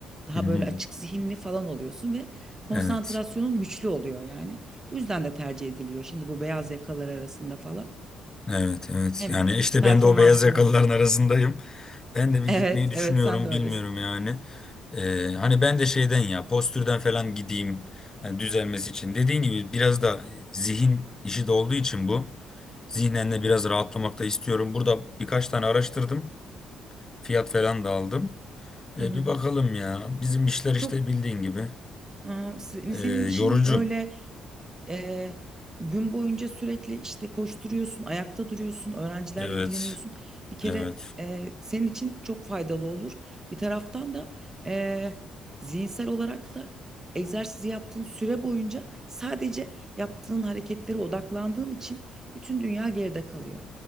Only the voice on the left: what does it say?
<laughs>
Evet.
Evet, evet.
Yani
işte
ben de o beyaz yakalıların arasındayım. Ben de bir
gitmeyi düşünüyorum,
bilmiyorum yani. E, hani ben de şeyden ya, postürden falan gideyim. Hani düzelmesi için. Dediğin gibi biraz da zihin işi de olduğu için bu. Zihnen de biraz rahatlamak da istiyorum. Burada birkaç tane araştırdım. Fiyat falan da aldım. E,
bir bakalım ya. Bizim işler işte
bildiğin gibi.
E,
yorucu.
Evet.
Evet.